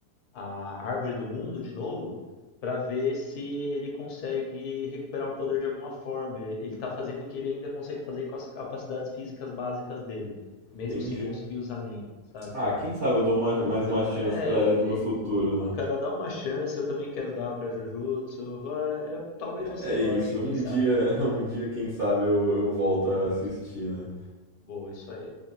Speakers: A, on the left (about 70°); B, on the right (about 45°).
A: a Árvore do Mundo de novo para ver se ele consegue recuperar o poder de alguma forma. Ele está fazendo o que ele ainda consegue fazer com as capacidades físicas básicas dele, mesmo
B: Entendi.
A: sem conseguir usar nem, sabe?
B: Ah, quem sabe eu dou uma-
A: Bom,
B: mais
A: cara,
B: uma chance
A: é,
B: pra ele no futuro,
A: é-
B: né?
A: Pô, cara, dá uma chance, eu também quero dar pra Jujutsu. Vai, eu- talvez você
B: É
A: goste,
B: isso,
A: quem
B: um
A: sabe.
B: dia, <laughs> um dia, quem sabe eu, eu volto
A: Ex-
B: a assistir, né?
A: Boa, isso aí.